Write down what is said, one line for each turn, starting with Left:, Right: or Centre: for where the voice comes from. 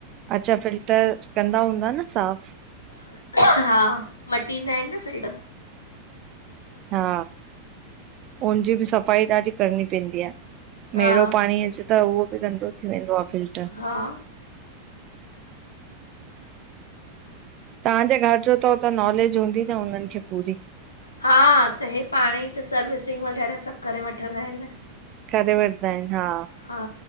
Right: अच्छा फिल्टर कंदा हूंदा न साफ़?
Left: हा मटींदा आहिन न फिल्टर।
Right: हा हुनजी बि सफ़ाई ॾाढी करणी पवंदी आ।
Left: हा
Right: मेरो पाणी अचे त उहो बि गंदों थी वेंदो आ फिल्टर।
Left: हा
Right: तव्हांजे घर जो तव त नॉलेज हूंदी न हुनन्हनि खे पूरी।
Left: हा त हे पाण ई त सर्विसिंग वग़ैरह सभु करे वठंदा आहिनि।
Right: करे वठंदा आहिनि हा।
Left: हा।